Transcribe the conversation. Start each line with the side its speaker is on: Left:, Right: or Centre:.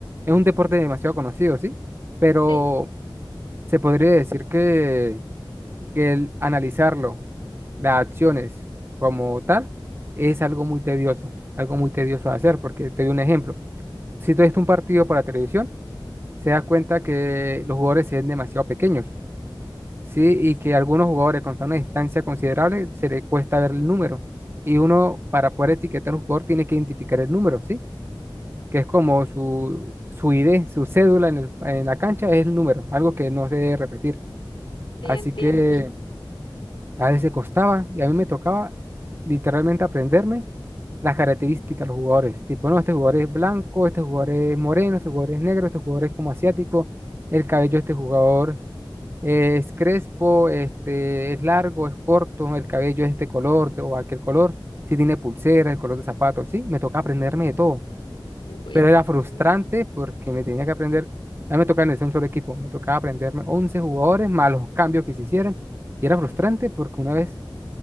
Right: es un deporte demasiado conocido, ¿sí? Pero
Left: Sí,
Right: se podría decir que, que el analizarlo, las acciones como tal, es algo muy tedioso, algo muy tedioso de hacer, porque te doy un ejemplo. Si tú ves un partido por la televisión, se da cuenta que los jugadores se ven demasiado pequeños, ¿sí?
Left: sí,
Right: Y que algunos jugadores con una distancia considerable se le cuesta ver el número. Y uno, para poder etiquetar a un jugador, tiene que identificar el número, ¿sí? que es como su, su ID, su cédula en el- en la cancha es el número, algo que no se debe repetir.
Left: sí,
Right: Así
Left: entiendo.
Right: que a veces costaba y a mí me tocaba literalmente aprenderme las características de los jugadores. Tipo, no, este jugador es blanco, este jugador es moreno, este jugador es negro, este jugador es como asiático, el cabello de este jugador es crespo, este es largo, es corto, el cabello es este color de- o aquel color, si tiene pulsera, el color de zapatos, sí, me tocaba aprenderme de todo
Left: Uy,
Right: pero era
Left: tremendo.
Right: frustrante porque me tenía que aprender, a mí me tocaba en un solo equipo, me tocaba aprenderme 11 jugadores más los cambios que se hicieran, y era frustrante porque una vez,